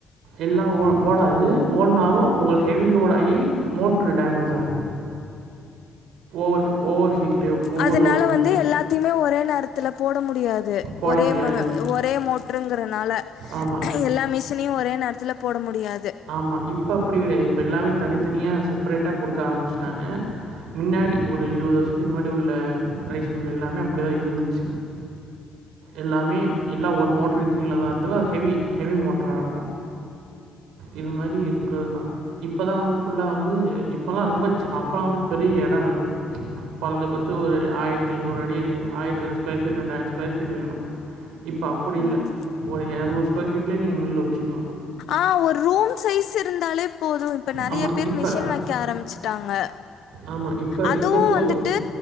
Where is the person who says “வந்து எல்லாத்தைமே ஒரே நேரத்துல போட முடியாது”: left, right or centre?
Left